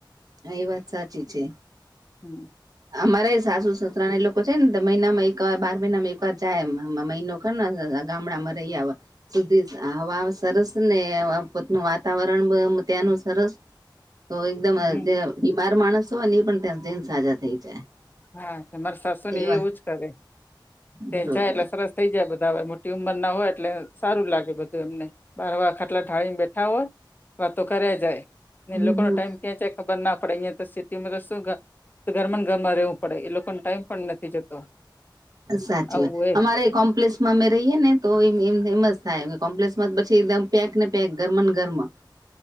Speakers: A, on the right; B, on the left.
A: હા એ વાત સાચી છે.
B: હમ્મ
A: અમારે સાસુ સસુરા એ લોકો છે ને, તો મહિનામાં એક બાર મહિનામાં એકવાર જાય મહિનો <unintelligible> ગામડામાં રહી આવ સુધી હવા સરસ ને પોતનું વાતાવરણ અમ અમ ત્યાંનું સરસ. તો એકદમ
B: હમ
A: બીમાર માણસ હોય ને એ પણ ત્યાં જેન સાજા થઈ જાય.
B: હા, માર સાસુ ને
A: એવા
B: એવું જ કરે તે
A: બરોબર
B: જાય એટલે સરસ થઈ જાય બધા હવે મોટી ઉંમર ના હોય એટલે સારું લાગે બધું એમને. બાર વાર ખાટલા ઢાળી ને બેઠા હોય વાતો કર્યા જાય
A: હા
B: એલોકો ન ટાઈમ ક્યાં <unintelligible> ખબર ના પડી અહિયાતો સિટીમાં રસો ઘરમન ગરમા રેવું પડે એ લોકોને ટાઈમ પણ નથી જતો.
A: સાચી
B: આવું
A: વાત
B: એ
A: અમારે કોમપ્લેસ અમે રહીએે ને તો એ એમ થાય કોમ્પ્લેસ પછીમ પેક ને પેક ઘરમન ઘરમાં